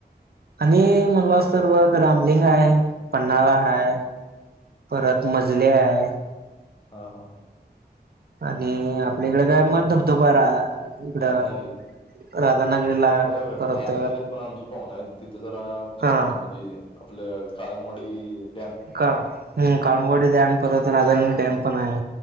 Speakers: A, on the right; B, on the left.
A: आणि म्हणलास तर बग रामलिंग हाय, पन्हाळा हाय. परत मजले हाय!
B: हा, हा!
A: आणि आपल्या इकडे काय मग धबधबा रा इकडं
B: राधानगरी!
A: राधानगरीला
B: होय, होय!
A: परत
B: राधानगरीत पण आमचं पाहुण आहे. तिथं जाऊन
A: हा
B: येतो. म्हणजे आपलं काळंबवाडी डॅम
A: का, हं! काळंबवाडी डॅम परत राधानगरी डॅम पण आहे.